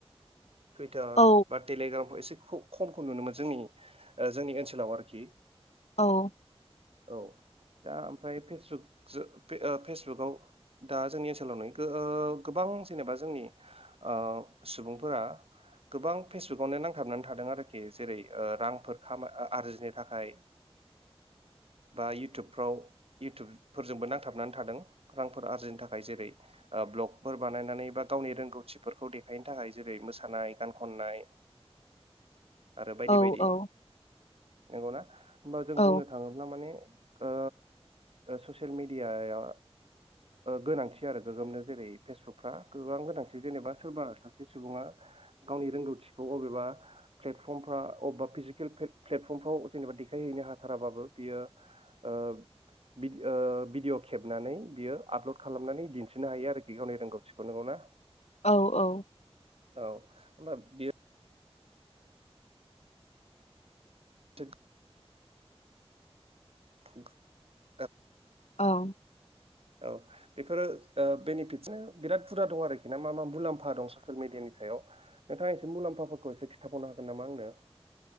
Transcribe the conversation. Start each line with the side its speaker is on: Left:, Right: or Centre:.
Right: टुइटार
Left: औ
Right: बा टेलिग्राम एसे खमखौ नुनो मोनो जोंनि जोंनि ओनसोलाव आरोखि।
Left: औ
Right: औ दा ओमफ्राय फेसबुक फेसबुकआव दा जोंनि ओनसोलाव नै ओ गोबां जेनेबा जोंनि ओ सुबुंफोरा गोबां फेसबुकवनो नांथाबनानै थादों आरोखि जेरै रांफोर खामाय आरजिनो थाखाय बा इउटुबफ्राव इउटुबफोरजोंबो नांथाबनानै थादों रांफोर आरजिनो थाखाय जेरै ब्लगफोर बानायनानै बा गावनि रोंगौथिफोरखौ देखायनो थाखाय जेरै मोसा सानाय गान खननाय आरो बायदि
Left: औ
Right: बायदि।
Left: औ
Right: नंगौ ना? होमबा जों
Left: औ
Right: बुंनो थाङोब्ला माने ओ ससियेल मेडियाया गोनांथि आरो गोगोमनो जेरै फेसबुकफ्रा गोबां गोनांथि जेनेबा सोरबा सासे सुबुङा गावनि रोंगौथिखौ अबेबा प्लेटफर्मफ्राव अबेबा फिजिकेल प्लेटफर्मफ्राव जेनेबा देखायहैनो हाथाराबाबो बियो ओ भिडिअ खेबनानै बियो आपलड खालामनानै दिन्थिनो हायो आरोखि गावनि रोंगौथिखौ नोंगौना?
Left: औ औ
Right: औ होमबा बेयो <unintelligible> <unintelligible>
Left: औ
Right: औ बेफोरो अ बेनिफिटसजों बिराद हुदा दं आरोखि ना मा मा मुलाम्फा दं ससियेल मिडियानि सायाव नोंथाङा एसे मुलाम्फाफोरखौ एसे खिन्थाबावनो हागोन नामा आंनो?